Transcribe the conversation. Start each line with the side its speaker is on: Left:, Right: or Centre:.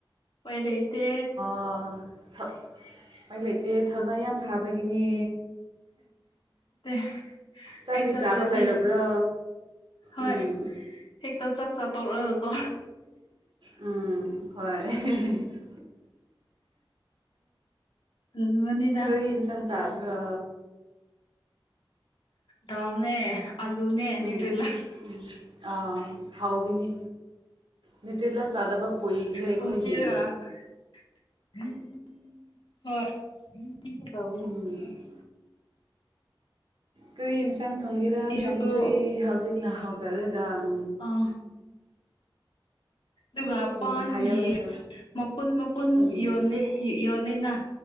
Left: ꯎꯄꯥꯏ ꯂꯩꯇꯦ
Right: ꯑꯥ ꯊ ꯎꯄꯥꯏ ꯂꯩꯇꯦ ꯊꯧꯅꯥ ꯌꯥꯝ ꯐꯕꯒꯤꯅꯦ
Left: ꯇꯦ
Right: ꯆꯥꯛꯗꯤ
Left: ꯑꯩ ꯆꯠꯇ꯭ꯔꯗꯤ
Right: ꯆꯥꯕ ꯂꯣꯏꯔꯕ꯭ꯔꯣ
Left: ꯍꯣꯏ
Right: ꯎꯝ
Left: ꯍꯦꯛꯇ ꯆꯥꯛꯆꯥ ꯇꯣꯛꯔꯒꯀꯣ
Right: ꯎꯝ ꯍꯣꯏ <unintelligible>
Left: <unintelligible>
Right: ꯀꯔꯤ ꯌꯦꯟꯁꯥꯡ ꯆꯥꯕ꯭ꯔꯣ
Left: ꯗꯥꯜꯅꯦ ꯑꯂꯨꯅꯦ ꯅ꯭ꯌꯨꯇ꯭ꯔꯦꯂꯥ
Right: ꯎꯝ ꯎꯝ ꯑ ꯍꯥꯎꯒꯅꯤ ꯅ꯭ꯌꯨꯇ꯭ꯔꯦꯂꯥ ꯆꯥꯗꯕ ꯀꯨꯏꯈ꯭ꯔꯦ ꯑꯩꯈꯣꯏꯗꯤ
Left: ꯊꯣꯡꯕꯤꯔꯒ ꯍꯣꯏ ꯇꯧꯕꯅꯦ
Right: ꯎꯝ ꯀꯔꯤ ꯑꯦꯟꯁꯥꯡ ꯊꯣꯡꯒꯦꯔꯥ
Left: ꯑꯩꯁꯨ
Right: ꯈꯪꯗ꯭ꯔꯦ ꯍꯧꯖꯤꯛꯅ ꯍꯧꯒꯠꯂꯒ ꯎꯝ
Left: ꯑꯥ ꯑꯗꯨꯒ
Right: ꯎꯝ
Left: ꯄꯥꯟꯒꯤ
Right: ꯍꯥꯏꯌꯣ ꯍꯥꯏꯌꯣ
Left: ꯃꯄꯨꯟ ꯃꯄꯨꯟ
Right: ꯎꯝ
Left: ꯌꯣꯜꯂꯦ ꯌꯣꯜꯂꯦꯅ